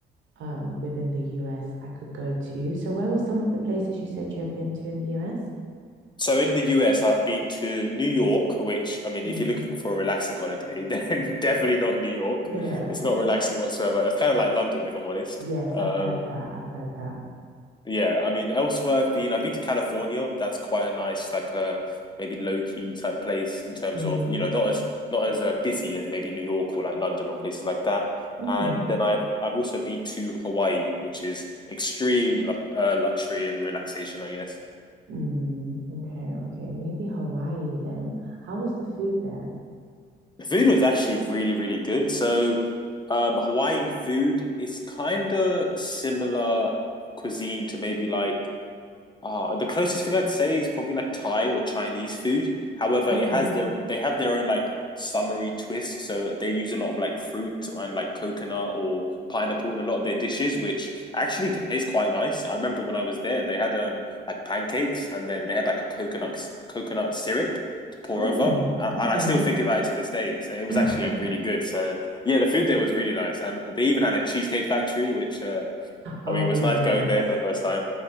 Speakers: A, on the right; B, on the left.
A: um within the US I could go to. So where were some of the places you said you had been to in the US?
B: So in the US, I've been to New York, which I mean,
A: Mm,
B: if you're looking for a relaxing holiday, <laughs> then definitely not New York.
A: <laughs>
B: It's
A: yeah.
B: not relaxing whatsoever. It's kind of like London, if I'm honest.
A: Yes,
B: Um,
A: I've heard that. I've heard that.
B: yeah, I mean, elsewhere I've been, I've been to California. That's quite a nice, like a maybe low key type place in terms
A: Mm,
B: of, you know, not as not as uh, busy as maybe New York or like London or places like that.
A: okay.
B: And then I've I've also been to Hawaii, which is extreme lu uh, luxury and relaxation, I guess.
A: Mm, okay, okay. Maybe Hawaii then. How was the food there?
B: The food was actually really, really good. So, um, Hawaiian food is kind of similar cuisine to maybe like uh, the closest thing I'd say is probably like Thai or Chinese food. However,
A: Okay.
B: it has their they have their own like summery twist, so they use a lot of like fruit and like coconut or pineapple in a lot of their dishes, which actually tastes quite nice. I remember when I was there, they had um like pancakes and then they had like a coconut coconut syrup to pour
A: Oh,
B: over. Uh,
A: okay.
B: And I still think about it to this day. So it was
A: <laughs>
B: actually like really good. So yeah, the food there was really nice, and they even had a cheesecake factory, which uh,
A: Oh,
B: I mean it was
A: yes.
B: nice going there for the first time.